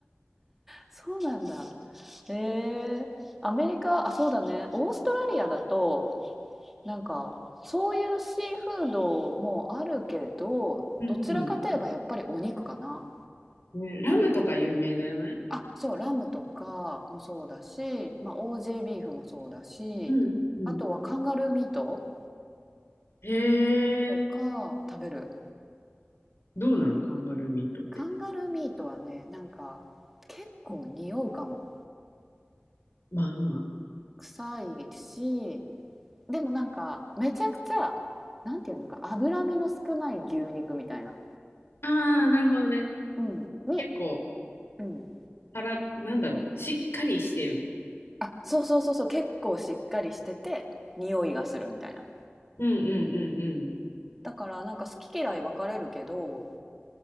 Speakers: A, in the centre; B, on the left.
A: そうなんだ。えー、アメリカ、あ、そうだね。オーストラリアだと、なんかそういうシーフードもあるけど、
B: うんうん。
A: どちらかといえばやっぱりお肉かな。
B: ね、ラムとか有名だよね。
A: あ、そう、ラムとかもそうだし、まあ、オージービーフもそうだし、
B: うんうん。
A: あとはカンガルーミート
B: へ
A: とか食べる。
B: え。どうなのカンガルーミートって。
A: カンガルーミートはね、なんか結構匂うかも。
B: まあま
A: 臭いし、でもなんかめちゃくちゃ、なんていうのか、脂身の少ない牛肉みたいな。
B: あああ、なるほどね。
A: うん。に、
B: 結構、
A: うん。
B: たら、なんだろう。しっかりしてる。
A: あ、そうそうそうそう、結構しっかりしてて、匂いがするみたいな。
B: うんうんうんう
A: だからなんか好き嫌い分かれるけど、